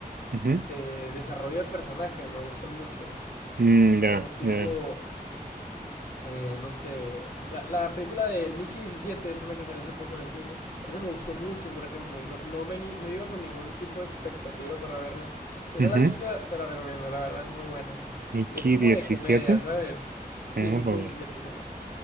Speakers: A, on the right; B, on the left.
A: ujú.
B: de desarrollo de personaje me gustan mucho.
A: Mm, ya,
B: Como tipo,
A: ya.
B: eh, no sé, la, la película de Mickey diecisiete es una que salió hace poco en el cine. Esa me gustó mucho, por ejemplo, y no, no, vení- no iba con ningún tipo de expectativa para verla. Si
A: ujú.
B: no la has visto, te la recomiendo, la verdad es muy buena.
A: Mickey
B: Y es como
A: diecisiete
B: de comedia, ¿sabes? Sí,
A: No,
B: Mickey
A: vale,
B: diecisiete se llama.